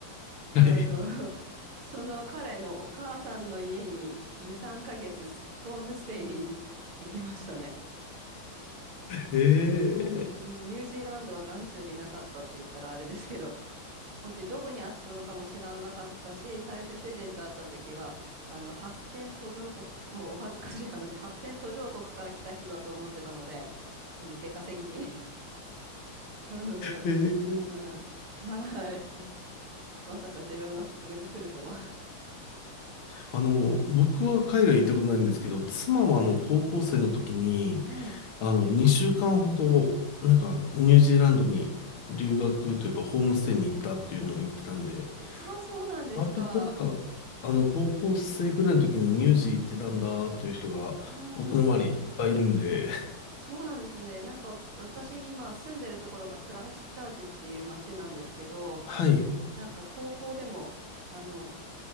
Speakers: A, on the left (about 70°); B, on the right (about 85°).
A: はい。
B: あの、その彼のお母さんの家に2、3ヶ月ホームステイに行きましたね。
A: ええ
B: なので、うんニュージーランドは眼中になかったって言ったらあれですけど、本当にどこにあったのかも知らなかったし、最初主人と会った時は、あの、発展途上国、<laughs> もうお恥ずかしい話、発展途上国から来た人だと思ってたので、あの、出稼ぎに。<laughs> なので、
A: で、
B: あーはい。まさか自分がここに来るとは。
A: あの、僕は海外行ったことないんですけど、妻はあの、高校生の時に、
B: はい。
A: あの、2週間ほど、なんか、ニュージーランドに留学というか、ホームステイに行ったっていうのを言ってたんで、
B: ああ、そうなんですか。
A: 割となんか、あの、高校生ぐらいの時にニュージー行ってたんだっていう人が、
B: うんうん。
A: 僕の周りいっぱいいるんで、
B: そうなんですね。なんかわ私今住んでるところがクライストチャーチっていう街なんですけど、
A: <laughs> はい、
B: なんか高校でも、あの、